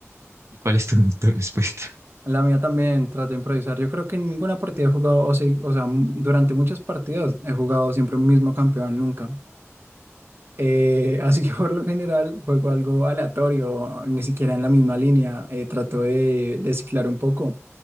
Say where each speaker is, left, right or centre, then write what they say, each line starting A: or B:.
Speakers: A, on the right (about 70°); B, on the right (about 50°).
A: ¿Y cuál es tu, tu respuesta?
B: La mía también trato de improvisar. Yo creo que en ninguna partida he jugado, o sí, o sea, m- durante muchas partidas he jugado siempre un mismo campeón, nunca. Eh, <laughs> así que por lo general juego algo aleatorio, ni siquiera en la misma línea. Eh, trato de, de ciclar un poco,